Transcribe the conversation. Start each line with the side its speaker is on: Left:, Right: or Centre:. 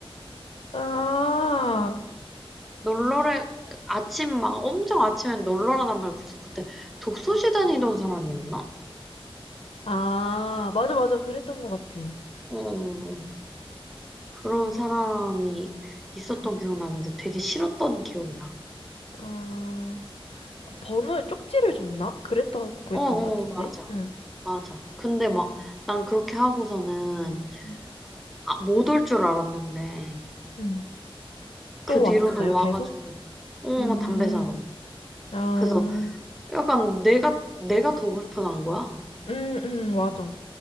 Left: 아,
Centre: 널널해, 아침 막 엄청 아침엔 널널하단 말이야. 그래서 그때 독서실 다니던 사람이었나?
Left: 아, 맞아, 맞아. 그랬던 것 같아.
Centre: 어, 그런 사람이 있었던
Left: 응.
Centre: 기억 나는데 되게 싫었던 기억이 나.
Left: 어, 번호 쪽지를 줬나? 그랬다고
Centre: 어,
Left: 했던
Centre: 어,
Left: 것 같은데.
Centre: 맞아.
Left: 응.
Centre: 맞아. 근데 막 난 그렇게 하고서는
Left: 응.
Centre: 아, 못 올 줄 알았는데
Left: 응.
Centre: 그
Left: 또
Centre: 뒤로도
Left: 왔었어요,
Centre: 와가지고
Left: 계속?
Centre: 어,
Left: 음.
Centre: 담배 사러.
Left: 아,
Centre: 그래서 약간 내가 내가 더 불편한 거야.
Left: 응, 응, 맞아.